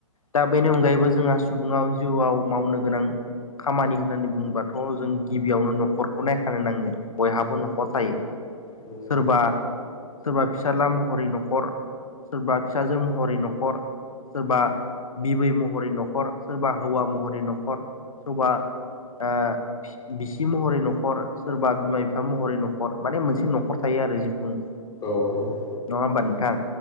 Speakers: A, on the left; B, on the left.
A: दा बेनि अनगायैबो जोंहा सुबुाव जिउआव मावनो गोनां खामानि। होननानै बुंोबाथ' जों गिबियावनो न'खरखौ नायखानो नांगोन बयहाबो न'खर थायो।
B: औ
A: सोरबा सोरबा फिसाला महरै न'खर। सोरबा फिसाजो महरै न'खर सोरबा बिबै महरै न'खर सोरबा हौवा महरै न'खर सोरबा। <unintelligible> बिसि महरै न'खर सोरबा बिमा बिफा महरै न'खर माने मोनसे न'खर थायो आरो जिखुनु
B: औ औ
A: नङा बान्थां